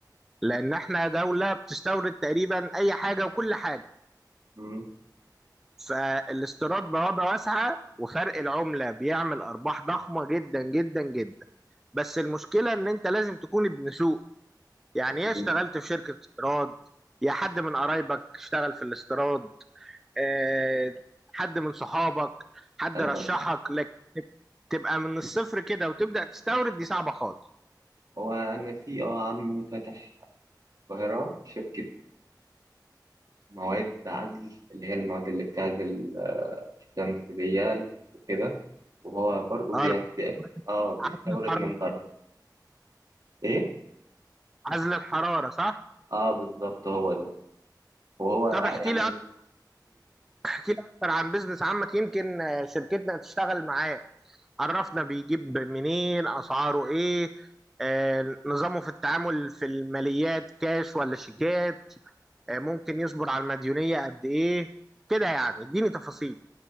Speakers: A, in the centre; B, on the right.
A: لان احنا دوله بتستورد تقريبا اي حاجه وكل حاجه
B: مم.
A: فالاستيراد بوابه واسعه وفرق العمله بيعمل ارباح ضخمه جدا جدا جدا بس المشكله ان انت لازم تكون ابن سوق يعني يا اشتغلت
B: مم.
A: في شركة استيراد يا حد من قرايبك اشتغل في الاستيراد آه، حد من صحابك حد
B: أنا
A: رشحك لك تبقى من الصفر كده وتبدأ تستورد دي صعبة خالص
B: وأنا في آه، عمي فاتح القاهرة شركة مواد عزل اللي هي المواد اللي بتعزل آه، الشمس دي وكده وهو برضه
A: اه
B: يعني بي- اه بيستورد
A: عزل الحرارة
B: من بره إيه؟
A: عزل الحرارة صح
B: اه بالظبط هو ده وهو
A: طب احكي
B: يعني
A: لي اكتر احكي لي اكتر عن بيزنس عمك يمكن آه، شركتنا تشتغل معاه عرفنا بيجيب منين اسعاره ايه آه، نظامه في التعامل في الماليات كاش ولا شيكات آه، ممكن يصبر على المديونية قد ايه كده يعني اديني تفاصيل